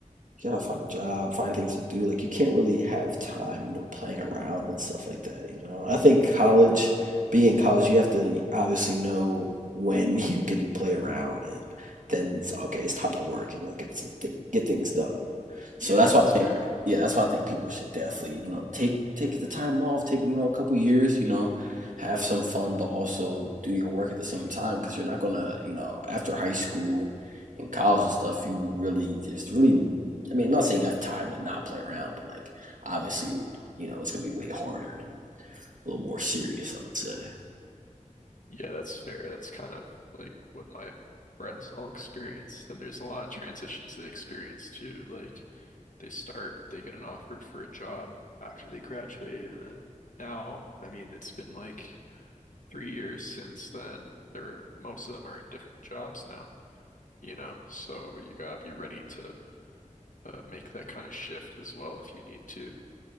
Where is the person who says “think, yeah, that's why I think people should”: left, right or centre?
Right